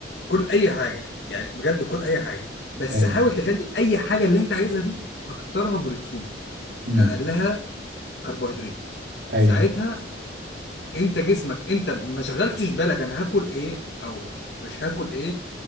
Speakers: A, on the left; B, on the right.
A: كل اي حاجه يعني بجد كل اي حاجه بس
B: ايوه
A: حاول تخلي اي حاجه اللي انت عايزها دي اكترها بروتين
B: امم
A: اقلها كربوهيدرات
B: ايوه
A: ساعتها انت جسمك انت ما شغلتش بالك انا هاكل ايه او مش هاكل ايه